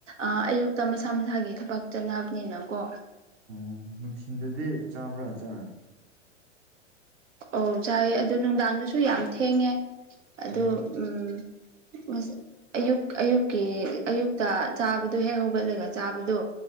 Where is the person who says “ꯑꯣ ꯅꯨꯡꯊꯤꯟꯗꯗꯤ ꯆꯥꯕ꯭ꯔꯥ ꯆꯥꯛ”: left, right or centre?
Right